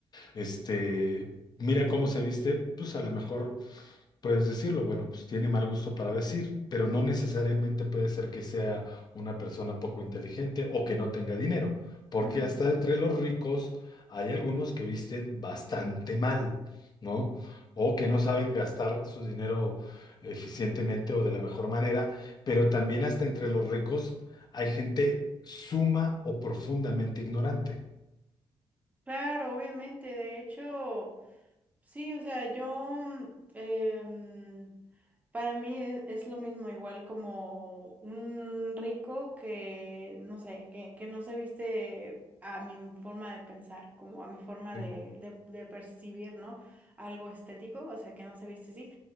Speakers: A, on the left (about 45°); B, on the right (about 15°).
A: Este, mira cómo se viste, pues a lo mejor puedes decirlo, bueno, pues tiene mal gusto para vestir, pero no necesariamente puede ser que sea una persona poco inteligente o que no tenga dinero, porque
B: Mm,
A: hasta entre los ricos hay algunos que visten bastante mal, ¿no? O que no saben gastar su dinero eficientemente o de la mejor manera, pero también hasta entre los ricos hay gente suma o profundamente ignorante.
B: claro, obviamente, de hecho... Sí, o sea, yo, mm, em, para mí es, es lo mismo, igual como un rico que, no sé, que, que no se viste a mi forma de pensar, como a mi forma
A: Sí,
B: de, de, de percibir, ¿no? Algo estético, o sea, que no se viste así.